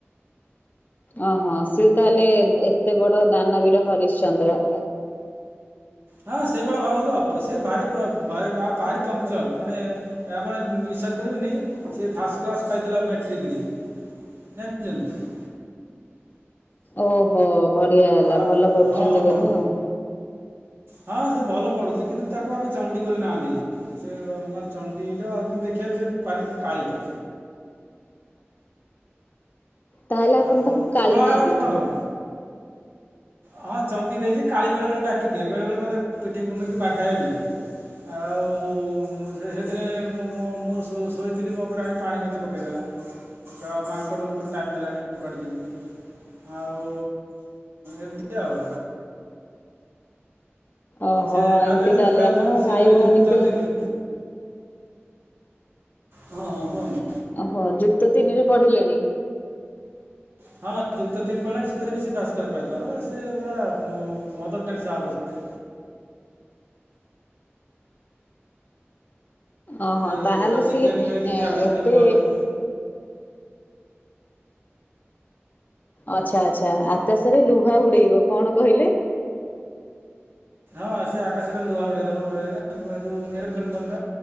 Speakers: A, on the left (about 40°); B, on the right (about 55°).
A: ଅଁ ହଁ ସିଏ ତାହେଲେ ଏତେ ବଡ ଦାନବୀର ହରିଶ୍ଚନ୍ଦ୍ର।
B: ହଁ ସେଇଭଳ ଭାବନ୍ତୁ ଆଉ ସେ ଭାରି ଭାରି ପଞ୍ଚୁଆଲ ମାନେ ଆପଣ ବିଶ୍ୱାସ କରିବେନି ସେ ଫାଷ୍ଟ କ୍ଲାସ୍ ପାଇଥିଲା ମେଟ୍ରିକିରେ। <inaudible>
A: ଓହୋ ବଢିଆ ହେଲା
B: ଆ-
A: ଭଲ ପଢ଼ୁଛନ୍ତି
B: ହଁ
A: ବୋଧେ ଆଉ।
B: ହଁ ସେ ଭଲ ପଡୁଛି କିନ୍ତୁ ତାକୁ ଆମେ ଚଣ୍ଡି ବୋଲି ନା ଦେଇଛୁ। ସେ ମାନେ ଚଣ୍ଡିଟା ଆଉ କିନ୍ତୁ ଦେଖିବାକୁ ସେ ଭାରି କାଳିଟେ।
A: ତାହେଲେ ଆପଣ
B: ଆଉ
A: ତାକୁ କାଳି
B: କଳା
A: ନା
B: ହେଲା
A: ଦିଅନ୍ତେ।
B: କ'ଣ ହେବ ହଁ ଚଣ୍ଡି ଦେଇଚି କାଳି ବେଳେ ବେଳେ ଡାକି ଦିଏ ବେଳେ ବେଳେ ମତେ ପିଠି ଘୁମେଇକି ବାଢାଏ ବି ମତେ। ଆଉ ସେ ସେଥିରେ ମୁଁ ମୁଁ ମୁଁ ସୋ ଶୋଇଥିଲି ମୋ ଉପରେ ଆଣି ପାଣି ମେଞ୍ଚେ ପକେଇଦେଲା। ଗାଁ ମାଙ୍କଡ ଗୋଟେ ଟାଇମ୍ ହେଲାଣି କୁଆଡ଼େ ଯିବୁ ଆଉ ଏମ୍ ତି ଆଉ।
A: ଓହୋ
B: ସେ <unintelligible>
A: ଏମିତି
B: ଆଦ
A: ତାହେଲେ
B: ପୁରା
A: ଆପଣ
B: ସେବେ
A: ଭାଇ ଭଉଣୀଙ୍କ
B: ଯୁକ୍ତ ତିନିି। ହଁ ହଁ କୁହନ୍ତୁ।
A: ଓହୋ ଯୁକ୍ତ ତିନି ରେ ପଢିଲେଣି।
B: ହଁ ଯୁକ୍ତ ତିନି ପଲାଣି ସେଥିରେ ବି ସିଏ ଫାଷ୍ଟ କ୍ଲାସ୍ ପାଇଥିଲା ସେ ପୁରା ମଦର ଟେରେସା ହବ ସେ
A: ଅ
B: ସେ
A: ହ ତାହେଲେ
B: ପୁରା ବିଜ୍ଞାନିକ
A: ସିଏ
B: ହେଇକି ଆକାଶରେ
A: ଏତେ
B: ଲୁହା ଉଡ଼େଇବ
A: ଆଚ୍ଛା ଆଚ୍ଛା ଆକାଶରେ ଲୁହା ଉଡେଇବ କଣ କହିଲେ
B: ହଁ ସେ ଆକାଶରେ ଲୁହା ଉଡେଇଦବ ଯୋଉ ଏରୋପ୍ଲେନ୍ କନ୍ତିନା